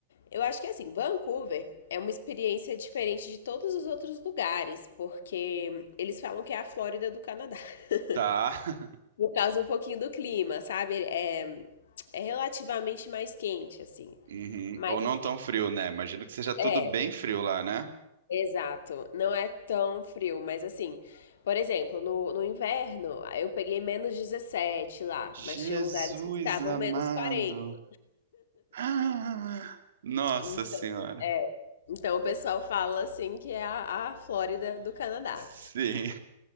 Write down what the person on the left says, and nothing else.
Eu acho que assim, Vancouver é uma experiência diferente de todos os outros lugares, porque eles falam que é a Flórida do Canadá. <laughs>
Por causa um pouquinho do clima, sabe? É, é relativamente mais quente, assim.
Mas
assim,
é,
exato. Não é tão frio, mas assim, por exemplo, no, no inverno, eu peguei menos 17 lá, mas
tinham lugares que estavam
menos 40.
Então,
é. Então o pessoal fala assim que é a, a Flórida do Canadá.